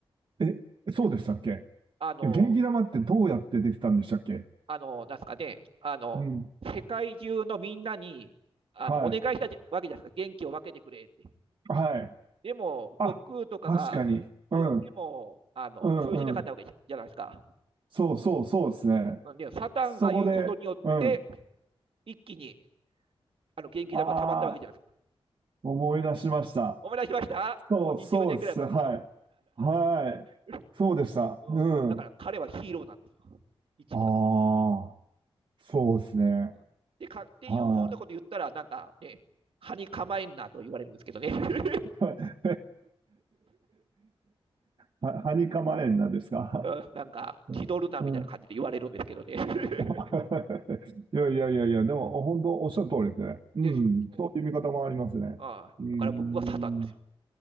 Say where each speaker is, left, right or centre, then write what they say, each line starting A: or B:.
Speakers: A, on the right; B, on the right.
A: え、そうでしたっけ
B: あの、
A: え、元気玉ってどうやってできたんでしたっけ
B: あの、なんすかね、あの、
A: うん。
B: 世界中のみんなに、あの、
A: はい。
B: お願いしたわけじゃないですか。元気を分けてくれって。
A: はい。
B: でも、
A: あ、
B: 悟空とかが言っても、
A: 確かに。うん。
B: あの、
A: うんうん。
B: 通じなかったわけじゃないですか。
A: そうそうそうですね。
B: んで、サタンが言うことによって、
A: そこで、うん。
B: 一気に、あの、元気玉が溜まったわけじゃないですか。
A: ああ、思い出しました。
B: 思い出しましたもう20年ぐらい前ですけど。
A: そうそうです。はい。はい。
B: <laughs>
A: そうでした。
B: うんだから彼はヒーローなんですよ。
A: うん。
B: 一番の。
A: ああ、そうですね。
B: うんでかっていうふうなこと言ったら、
A: はい。
B: なんかね、歯に構えんなと言われるんですけどね。<laughs>
A: <laughs> は、はにかまえんなんですか。
B: うんなんか、
A: うんうん
B: 気取るなみたいな感じで言われるんですけどね。<laughs>
A: <laughs>。いやいやいやいや、でも、本当おっしゃる通りですね。
B: で、
A: うん。
B: うん、
A: そういう見方もありますね。
B: あだから僕はサタンなんですよ。
A: うん。